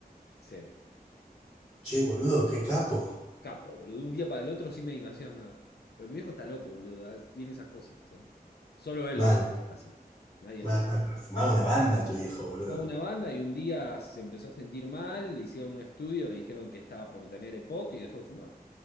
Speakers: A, on the left; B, on the left.
A: cero.
B: Che, boludo, qué capo.
A: Capo, boludo. De un día para el otro sin medicación, nada. Pero mi viejo está loco, boludo. ah, Tiene esas cosas, ¿eh? Solo él
B: Mal,
A: lo puede hacer así. Nadie
B: mal,
A: más.
B: mal. pero Fumaba una banda tu viejo, boludo.
A: Va a una banda y un día se empezó a sentir mal, le hicieron un estudio, le dijeron que estaba por tener EPOC y dejó de fumar.